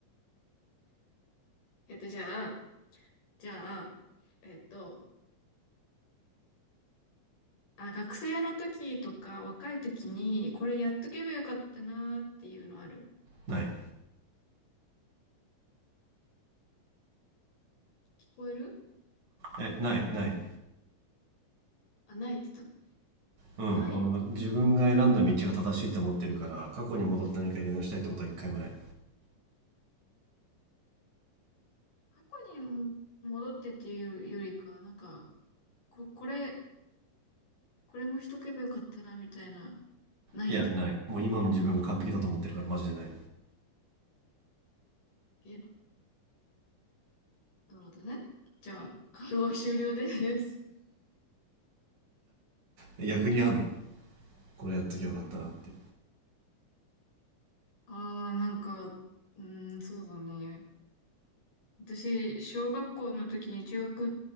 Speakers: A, on the left; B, on the right.
A: <laughs> えっと、じゃあ、じゃあ、えっと、あ、学生の時とか若い時に、これやっとけばよかったなーっていうのある。
B: ない。
A: 聞こえる
B: え、ない、ない。
A: あ、ないって言ったの。
B: うん。
A: ないのか。
B: あの、自分が選んだ道が正しいと思ってるから、過去に戻って何かやり直したいってことは一回もない。
A: 過去にも戻ってっていうよりか、なんか、こ、これ、これもしとけばよかったな、みたいな、ないんだ。
B: いや、ない。もう今の自分が完璧だと思ってるから、マジでな
A: けーなるほどね。じゃあ、会話終了です。
B: い。逆にあんのこれやっときゃよかったなって。
A: ああ、なんか、うーん、そうだね。私、小学校の時に中学